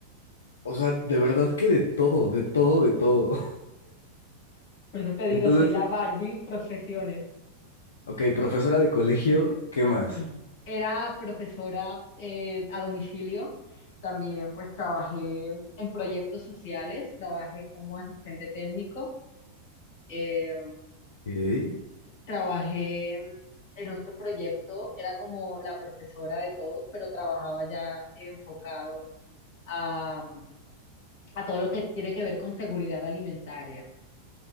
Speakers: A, on the left; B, on the left.
A: O sea, de verdad que de todo, de todo, de todo. <laughs>
B: Por eso te
A: Entonces,
B: digo, soy la Barbie profesiones.
A: ok, profesora de colegio, ¿qué más?
B: Mm. Era profesora eh, a domicilio. También pues trabajé en proyectos sociales, trabajé como asistente técnico, eh,
A: Ok,
B: trabajé en otro proyecto, era como la profesora de todos, pero trabajaba ya enfocado a, a todo lo que tiene que ver con seguridad alimentaria.